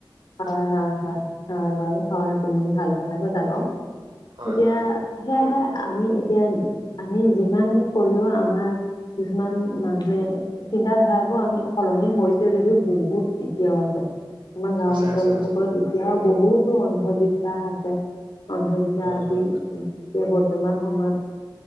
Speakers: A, on the left; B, on the right.
A: হয়, হয়, হয়, হয় বাৰু হয় তুমি ভাল কথা কতা ক
B: হয়
A: এতিয়া
B: হয়
A: সেয়েহে আমি এতিয়া আমি যিমানে কলেও আমাৰ কিছুমান মানুহে চিন্ত ধাৰাবোৰ আমি সলনি হৈছে যদিও বহুত এতিয়াও আছে আমাৰ গাঁৱত।
B: আছে আছে আছে
A: এতিয়াও বহুতো অন্ধবিশ্বাস আছে অন্ধবিশ্বাস
B: হয়
A: আজি
B: হয়
A: এতিয়া বৰ্তমান সময়ত